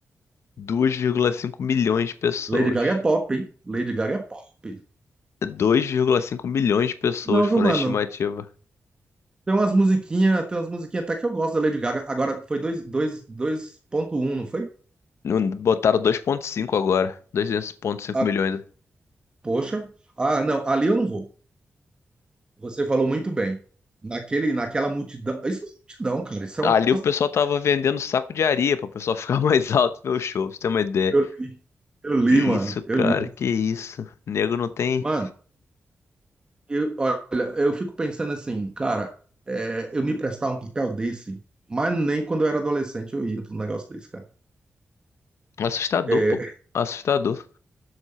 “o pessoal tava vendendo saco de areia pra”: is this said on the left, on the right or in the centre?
Left